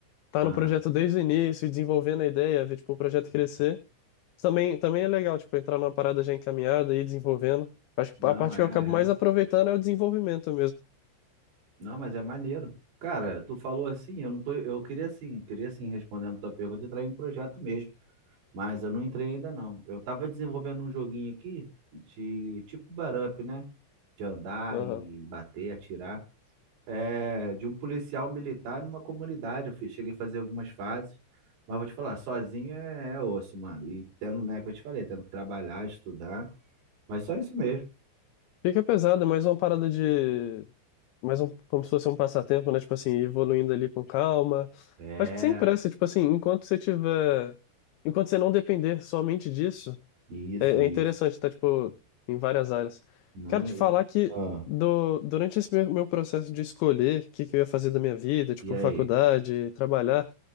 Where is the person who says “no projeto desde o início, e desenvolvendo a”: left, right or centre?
Left